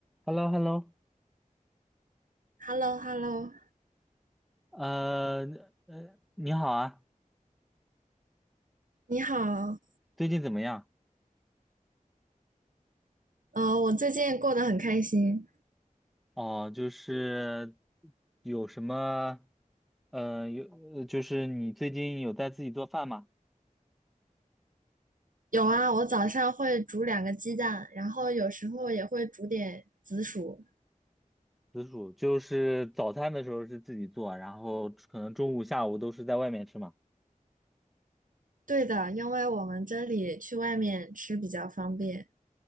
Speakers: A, in the centre; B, on the right.
A: h e l l o h e l l o
B: h e l l o h e l l o
A: 呃呃，你好啊，
B: 你好，
A: 最近怎么样？
B: 呃，我最近过得很开心。
A: 哦，就是有什么，呃，有，呃就是你最近有在自己做饭吗？
B: 有啊，我早上会煮两个鸡蛋，然后有时候也会煮点紫薯。
A: 紫薯，就是早餐的时候是自己做，然后可能中午、下午都是在外面吃嘛。
B: 对的，因为我们这里去外面吃比较方便。